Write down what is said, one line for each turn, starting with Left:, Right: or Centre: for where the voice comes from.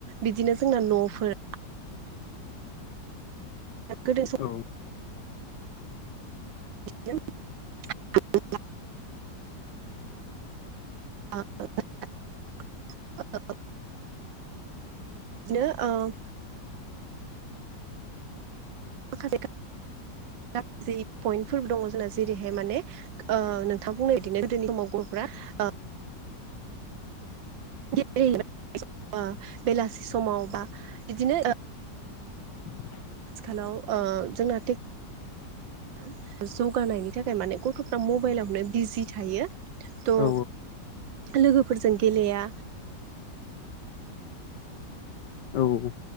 Right: बिदिनो जोंना न'फोर गोदो
Left: औ
Right: <unintelligible> <unintelligible> <unintelligible> बिदिनो ओं माखासे गाज्रि पइन्टफोरबो दङ जोंना जेरैहाय माने ओ नोंथां बुंनाय बिदिनो गोदोनि समाव गथफ्रा ओ <unintelligible> बेलासि समाव बा बिदिनो
Left: <inaudible>
Right: हेलौ ओ जोंना थेख जौगानायनि थाखाय माने गथफ्रा मबाइलावनो बिजि थायो थ
Left: औ
Right: लोगोफोरजों गेलेया
Left: औ